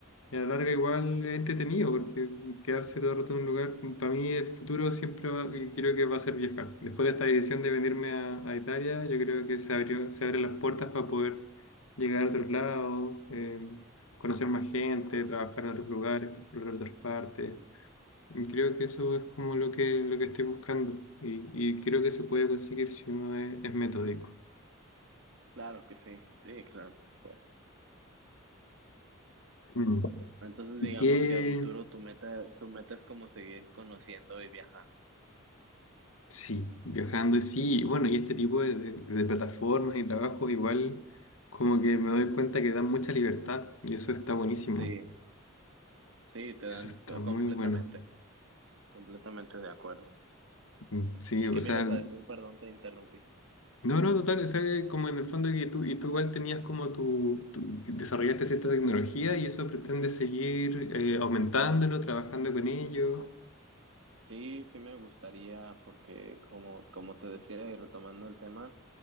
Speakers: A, on the left; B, on the right.
A: Y a la larga igual es entretenido, porque quedarse todo el rato en un lugar, para mí el futuro siempre va- y creo que va a ser viajar. Después de esta decisión de venirme a, a Italia, yo creo que se abrió, se abren las puertas para poder llegar a otros lados, eh, conocer más gente, trabajar en otros lugares, explorar otras partes. Creo que eso es como lo que, lo que estoy buscando y, y creo que se puede conseguir si uno es, es metódico.
B: Claro que sí, sí, claro que se puede.
A: Mm.
B: Entonces
A: Y
B: digamos
A: que,
B: que a futuro tu meta, tu meta es como seguir conociendo y viajando.
A: sí, viajando, sí, y sí, bueno, y este tipo de, de- de plataformas y trabajos igual como que me doy cuenta que dan mucha libertad y eso está buenísimo,
B: Sí, sí, te dan
A: eso está
B: to-
A: muy
B: completamente,
A: bueno.
B: completamente de acuerdo.
A: Mm, Sí,
B: ¿Y
A: o
B: qué
A: sea,
B: me ibas
A: no,
B: a decir? Perdón, te interrumpí.
A: no, total, o sea, que como en el fondo que tú, y tú igual tenías como tu, tu- que desarrollaste cierta tecnología y eso pretende seguir eh, aumentándolo, trabajando con ello.
B: Sí, sí me gustaría porque como, como te decía y retomando el tema,